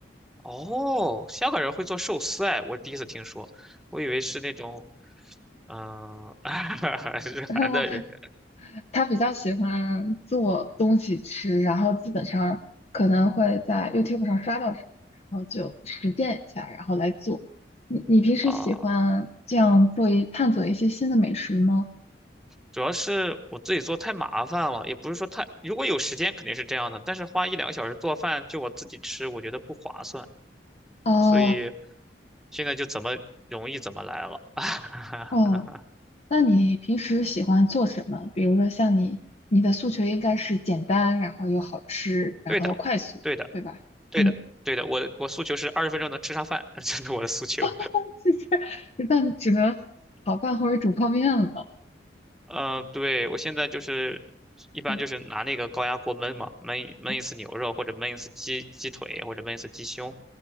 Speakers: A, in the centre; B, on the left (about 35°).
A: 哦，香港人会做寿司哎，我第一次听说，我以为是那种嗯、呃 <laughs> 日韩的人
B: <laughs> 他比较喜欢做东西吃，然后基本上可能会在 YouTube 上刷到什么然后就实践一下，然后来做。你你平时喜欢这样做一探索一些新的美食吗？
A: 啊。主要是我自己做太麻烦了，也不是说太，如果有时间肯定是这样的，但是花一两个小时做饭就我自己吃，我觉得不划算，
B: 啊、
A: 所以现在就怎么容易怎么来了。<laughs>
B: 哦。那你平时喜欢做什么？比如说像你，你的诉求应该是简单，然后又好吃，然后快速，
A: 对的，对的，
B: 对吧？
A: 对的，
B: 嗯，
A: 对的，我我诉求是二十分钟能吃上饭，<laughs> 这是我的诉求。
B: <laughs> 那只能炒饭或者煮泡面了。
A: 嗯、呃对，我现在就是一般就是拿那个高压锅焖嘛，
B: 嗯
A: 焖焖一次牛肉或者焖一次鸡鸡腿或者焖一次鸡胸，
B: 啊